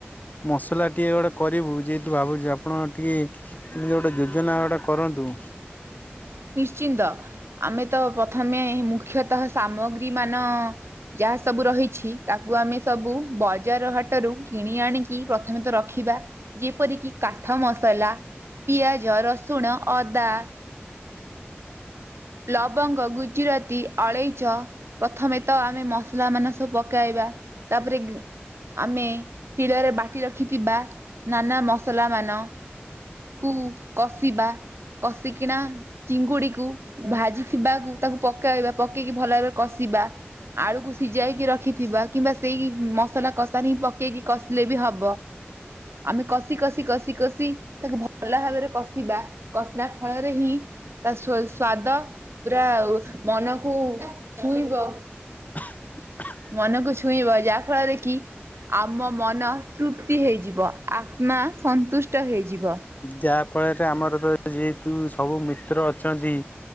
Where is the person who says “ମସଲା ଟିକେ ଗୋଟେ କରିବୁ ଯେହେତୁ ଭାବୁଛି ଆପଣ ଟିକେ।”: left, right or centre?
Left